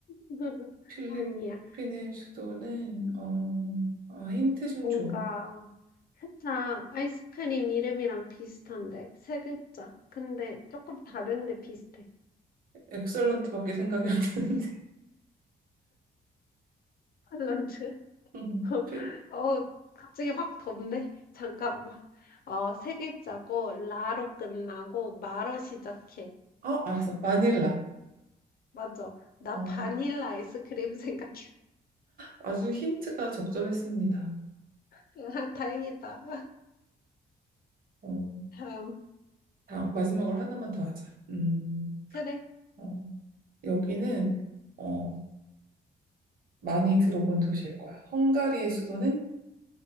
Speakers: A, on the left; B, on the right.
A: <laughs>
B: 필리핀의
A: 아니야
B: 수도는 어, 아, 힌트 좀
A: 뭔가
B: 줘.
A: 살짝 아이스크림 이름이랑 비슷한데 세 글자 근데 조금 다른데 비슷해
B: 엑설런트밖에 생각이 안 나는데.
A: 팔런트
B: <laughs> 음,
A: <laughs>
B: 필-
A: 어, 갑자기 확 덥네. 잠깐만. 어, 세 글자고, 라로 끝나고, 마로 시작해.
B: 어, 알았어. 마닐라.
A: 맞아. 나
B: 어,
A: 바닐라 아이스크림 생각해.
B: 아주 힌트가 적절했습니다.
A: <laughs> 다행이다.
B: 어,
A: 다음.
B: 다음, 마지막으로 하나만 더 하자. 음,
A: 그래.
B: 어, 여기는, 어, 많이 들어본 도시일 거야. 헝가리의 수도는?